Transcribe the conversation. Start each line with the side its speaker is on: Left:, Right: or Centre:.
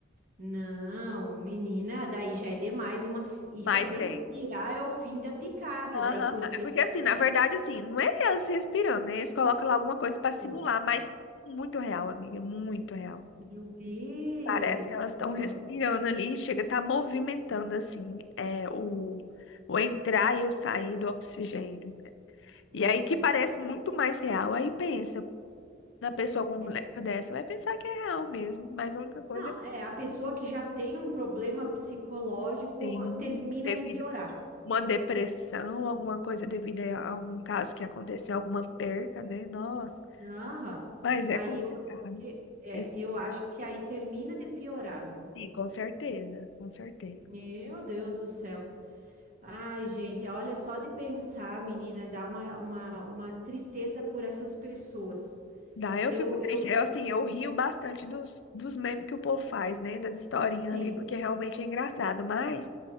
Right: Não, menina, daí já é demais uma. Isso,
Left: Mas
Right: respirar
Left: tem.
Right: é o fim da picada,
Left: Aham.
Right: daí porque.
Left: Porque assim, na
Right: é,
Left: verdade, assim, não é eles respirando, né? Eles colocam lá alguma coisa pra simular,
Right: sim.
Left: mas muito real, amiga, muito real.
Right: Meu Deus.
Left: Parece que elas estão
Right: Não,
Left: respirando ali, chega, tá movimentando assim, é, o, o entrar e o sair do oxigênio.
Right: Hum,
Left: E aí que parece muito mais real, aí pensa, na pessoa com uma
Right: vai-
Left: mulher dessa, vai pensar que é real mesmo, mas a única coisa
Right: não, é a pessoa que já tem um problema psicológico
Left: tem
Right: termina
Left: devido
Right: de piorar.
Left: a uma depressão, alguma coisa devido a algum caso que aconteceu, alguma perca, né? Nossa,
Right: Aham.
Left: mas é
Right: Aí
Left: complicado
Right: eu acho que é,
Left: esses
Right: eu acho
Left: casos.
Right: que aí termina de piorar, viu?
Left: Sim, com certeza, com certeza.
Right: Meu Deus do céu. Ai, gente, olha só de pensar, menina, dá uma, uma, uma tristeza por essas pessoas.
Left: Daí eu
Right: Eu,
Left: fico triste.
Right: eu,
Left: Eu, assim, eu rio bastante dos, dos memes que o povo faz, né? Das historinhas
Right: sim,
Left: ali, porque realmente é engraçado. Mas,